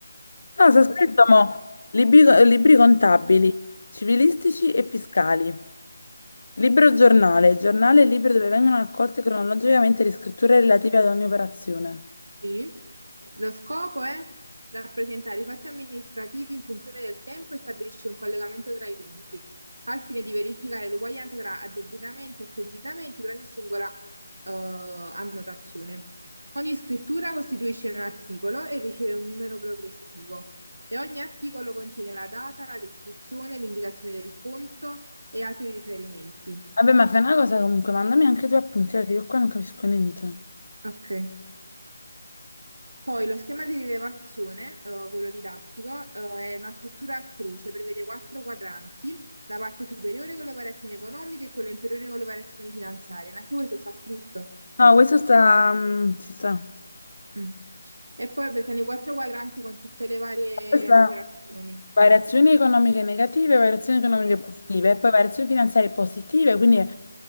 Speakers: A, on the left; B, on the right.
A: No, c'è
B: O
A: scritto
B: forse...
A: mo, libri, libri contabili, civilistici e fiscali. Libro giornale, giornale e libro dove vengono raccolte cronologicamente le scritture relative ad ogni operazione.
B: Sì. Lo scopo è rappresentare i fatti amministrativi in funzione del tempo e stabilisce un collegamento tra i punti, al fine di verificare l'uguaglianza tra addebitamenti e accreditamenti per ogni singola eh, annotazione. Ogni scrittura costituisce un articolo e riceve un numero progressivo e ogni articolo contiene la data, la descrizione, l'indicazione del conto e altri riferimenti.
A: Vabbè, ma fai una cosa comunque, mandami anche tu appunti, perché io qua non capisco niente.
B: Ok. Poi lo schema di rilevazione, eh, quello didattico, eh, è una struttura a croce, prevede quattro quadranti, la parte superiore con le variazioni economiche e quella inferiore con le variazioni finanziarie. Anche questo sta scritto.
A: No, questo sta... mm, ci sta.
B: Mm. E poi beh, sono i quattro quadranti con tutte le varie
A: Questa
B: operazioni.
A: variazioni economiche negative, variazioni economiche
B: Sì,
A: positive, e poi variazioni finanziarie positive, quindi eh,